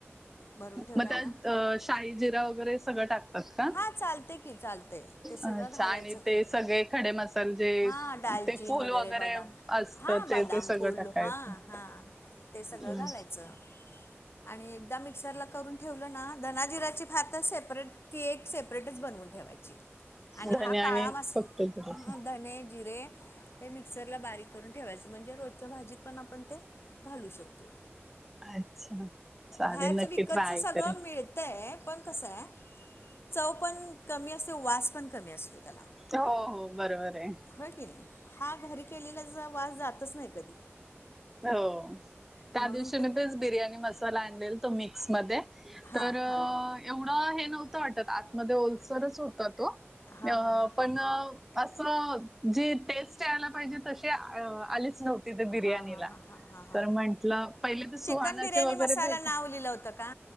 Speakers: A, on the left (about 60°); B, in the centre.
A: भरून ठेवला
B: मग त्यात
A: ना
B: शाई जिरा वगैरे सगळं टाकतात का?
A: हा चालते की चालते ते सगळं
B: अच्छा
A: घालायचं
B: आणि ते
A: तर
B: सगळे. खडे मसाले जे
A: हा दालचीन
B: ते फूल वगैरे
A: बदाम
B: असत
A: हा
B: ते
A: बदाम
B: ते सगळं
A: फूल
B: टाकायचं.
A: हा हा ते सगळं
B: हम्म.
A: घालायचं आणि एकदा मिक्सरला करून. ठेवलं ना धना जिराची भात सेपरेट ती क एक सेप टच बनवून ठेवायची आणि
B: धने
A: हा काळा मास
B: फक्त जिऱ्याचं.
A: धने. जिरे हे मिक्सरला बारीक करून ठेवायच, म्हणजे रोजच्या भाजीत पण आपण ते घालू शकतो.
B: अच्छा चालेल
A: बाहेरच
B: नक्की
A: विकतच
B: ट्राय
A: सगळं
B: करेन.
A: मिळतय पण कसं ये, चव पण कमी असते, वास पण कमी असतो, त्याला.
B: हो हो बरोबर ये.
A: होय की नाही हा घरी केलेलाचा, वास जातच नाही कधी.
B: हो. त्या
A: म्हणून
B: दिवशी
A: ते
B: मी तेच बिर्याणी मसाला आणलेल, तो मिक्स म
A: हां
B: तर
A: हां
B: एवढा हे नव्हतं वाटत, आतमध्ये ओलसरच होता तो,
A: हां
B: अ
A: हां हां
B: पण असं जी टेस्ट यायला पाहिजे, तशी आलीच नव्हती त्या
A: हां
B: बिर्याणीला.
A: हां हां हां हां हां
B: तर म्हंटलं, पहिले तर सुहानाचे
A: चिकन बिर्याणी
B: वगैरे
A: मसाला
B: भेट
A: नाव लिहिलं होतं का